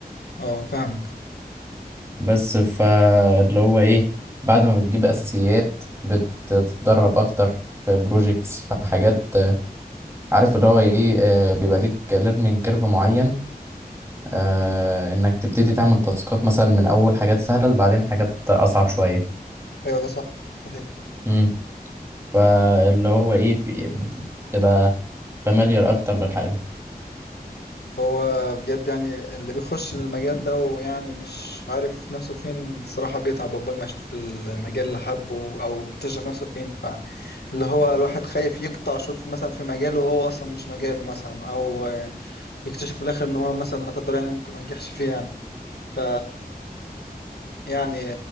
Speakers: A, on the left (about 85°); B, on the right (about 15°).
A: اه فاهمك
B: بس فاللي هو ايه بعد ما بتجيب اساسيات بتتدرب اكتر في بروجيكتس في حاجات آه، عارف اللي هو ايه آه، بيبقى ليك ليرنينج كيرف معين آه، انك تبتدي تعمل تاسكات مثلا من اول حاجات سهله لبعدين حاجات اصعب شويه
A: ايوه ده صح صحيح
B: امم فاللي هو ايه بي- بتبقى فاميليار اكتر بالحاجه
A: هو بجد يعني اللي بيخش المجال ده ويعني مش عارف نفسه فين الصراحة بيتعب عقبال ما يشوف المجال اللي حبه او يكتشف نفسه فين ف اللي هو الواحد خايف يقطع شوط في مثلا في مجاله وهو اصلا مش مجاله مثلا او يكتشف في الاخر ان هو مثلا لا قدر يعني ممكن ما ينجحش فيه يعني ف يعني